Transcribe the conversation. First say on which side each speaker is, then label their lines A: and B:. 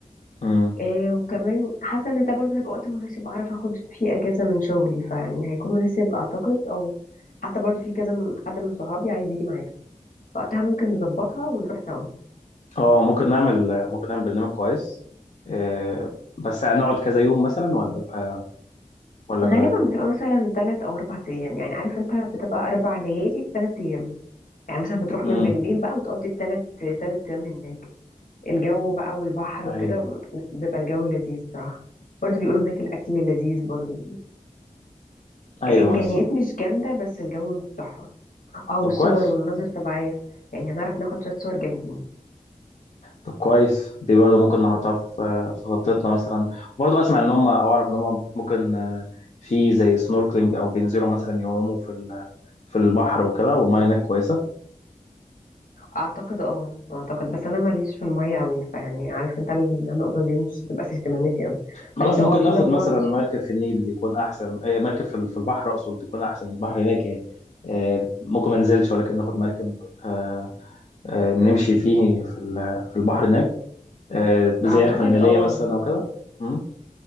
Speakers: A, on the left (about 55°); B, on the left (about 80°).
A: امم
B: إيه وكمان حاسه ان ده برضه هيبقى وقت مناسب اعرف اخد فيه اجازه من شغلي فيعني هيكون مناسب اعتقد او حتى برضه في كذا م- حد من صحابي عايز يجي معانا وقتها ممكن نظبطها ونروح سوا
A: اه ممكن نعمل ممكن نعمل برنامج كويس آه، بس هنقعد كذا يوم مثلا ولا بقى ولا
B: غالبا
A: بقى
B: بتبقى مثلا ثلاث او اربع ايام يعني عارف انت بتبقى اربع ليالي بثلاث ايام يعني مثلا بتروح
A: امم
B: من بالليل بقى وتقضي الثلاث ثلاث ايام هناك الجو بقى والبحر وكده
A: ايوه
B: لا بيبقى الجو لذيذ صراحة برضه بيقولوا هناك الاكل لذيذ برضه
A: ايوه
B: الامكانيات
A: بس-
B: مش جامدة بس الجو تحفة اه والصور
A: طب كويس
B: والمناظر الطبيعية يعني هنعرف ناخد شوية صور جامدين
A: طب كويس دي برضه ممكن نحطها في في خطتنا مثلا برضه اسمع ان هم او اعرف ان هم ممكن آه، في زي سنوركلينج او بينزلوا مثلا يعوموا في ال- في البحر وكده والميه هناك كويسه
B: اعتقد اه اعتقد بس انا ماليش في المية قوي فيعني عارف انت النقطة دي مش هتبقى في اهتماماتي قوي
A: خلاص
B: بس
A: ممكن
B: اه في
A: ناخد
B: مجموعة
A: مثلا
B: من
A: مركب في النيل يكون احسن آه، مركب في ال- في البحر اقصد يكون احسن البحر هناك يعني آه، ممكن ما ننزلش ولكن ناخد مركب آه، آه، نمشي فيه في ال- في البحر هناك آه، زي
B: اعتقد
A: رحله نيليه
B: اه
A: مثلا
B: ب-
A: او كده مم.